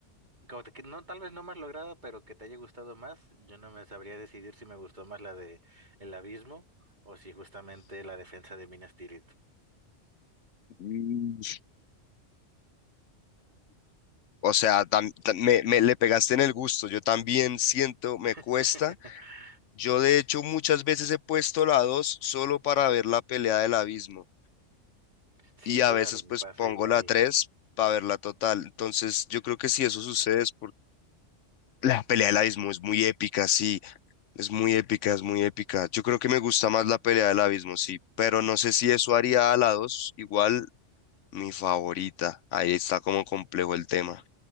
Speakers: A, on the right; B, on the left.
A: como que no, tal vez no más lograda, pero que te haya gustado más, yo no me sabría decidir si me gustó más la de el abismo o si justamente la defensa de Minas Tirith.
B: Mm, O sea, tam- tam- me, me le pegaste en el gusto. Yo también siento, me
A: <laughs>
B: cuesta. Yo de hecho muchas veces he puesto la 2 solo para ver la pelea del abismo
A: Sí,
B: y a
A: claro,
B: veces
A: me
B: pues
A: pasa
B: pongo
A: igual.
B: la 3 para ver la total. Entonces yo creo que si eso sucede es La pelea del abismo es muy épica, sí, es muy épica, es muy épica. Yo creo que me gusta más la pelea del abismo, sí, pero no sé si eso haría a la 2 igual mi favorita. Ahí está como complejo el tema.